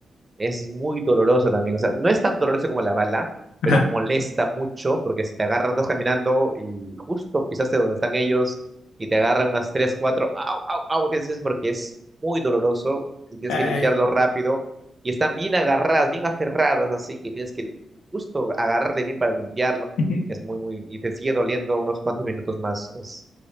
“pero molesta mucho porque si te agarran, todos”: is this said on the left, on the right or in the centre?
Right